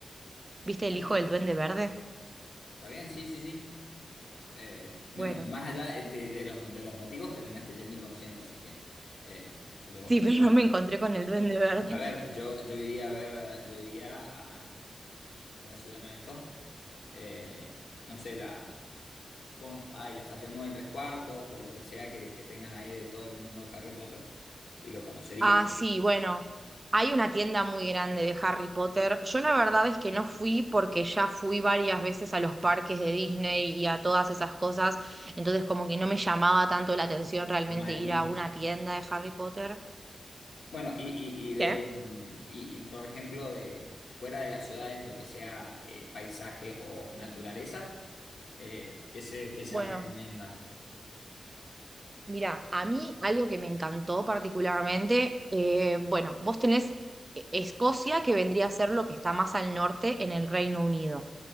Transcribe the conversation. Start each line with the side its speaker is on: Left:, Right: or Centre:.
Right: ¿Viste
Left: Está
Right: el
Left: bien,
Right: hijo del Duende Verde?
Left: está bien, sí, sí, sí. Eh, no,
Right: Bueno,
Left: más allá de, de los, de los motivos, terminaste yendo y conociendo, así que eh, lo,
Right: sí,
Left: lo
Right: <laughs> pero
Left: vale.
Right: no me encontré con el Duende Verde.
Left: A ver, yo, yo iría a ver, yo iría a, ¿cómo se llama esto? Eh, no sé, la... como, ay, la estación 9 y tres cuartos o lo que sea que, que tengan ahí de todo el mundo de Harry Potter y lo conocería.
Right: Ah, sí, bueno, hay una tienda muy grande de Harry Potter. Yo la verdad es que no fui porque ya fui varias veces a los parques de Disney y a todas esas cosas, entonces como que no me llamaba tanto la atención realmente
Left: Más de
Right: ir
Left: lo mismo.
Right: a una tienda de Harry Potter.
Left: Bueno, y, y, y de,
Right: ¿Qué?
Left: mm, y, y, por ejemplo, de fuera de las ciudades, lo que sea eh, paisajes o naturaleza, eh, ¿qué se, qué se
Right: Bueno,
Left: recomienda?
Right: mira, a mí algo que me encantó particularmente, eh, bueno, vos tenés eh, Escocia, que vendría a ser lo que está más al norte en el Reino Unido.